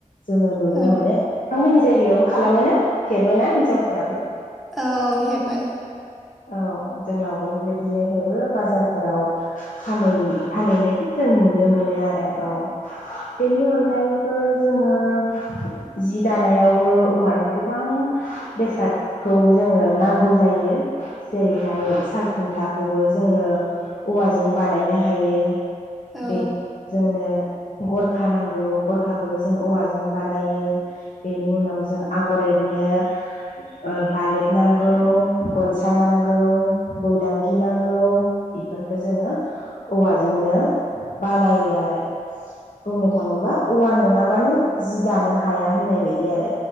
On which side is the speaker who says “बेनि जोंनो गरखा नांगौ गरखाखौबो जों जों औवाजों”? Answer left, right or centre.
Left